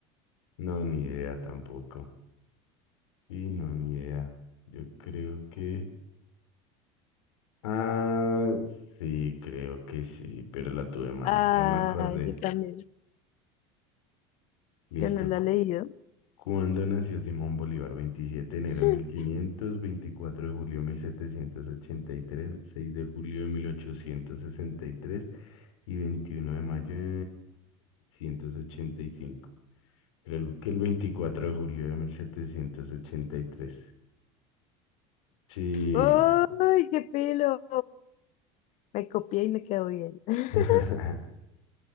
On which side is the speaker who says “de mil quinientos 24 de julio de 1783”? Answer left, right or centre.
Left